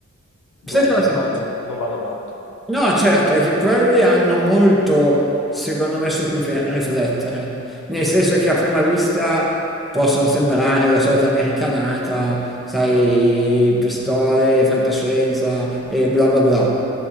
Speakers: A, in the centre; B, on the left.
A: Sai
B: non è
A: cosa?
B: che ne va- non, non vado matto.
A: No, certo, è che quelli hanno molto, secondo me, su cui pe- riflettere. Nel senso che a prima vista possono sembrare la solita americanata, sai, pistole, fantascienza e bla bla bla.